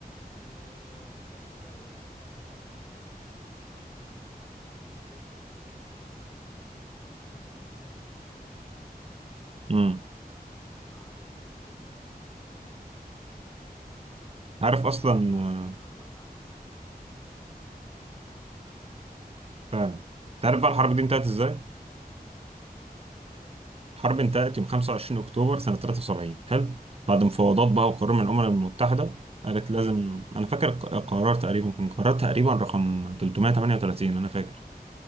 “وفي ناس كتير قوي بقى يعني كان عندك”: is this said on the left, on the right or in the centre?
Left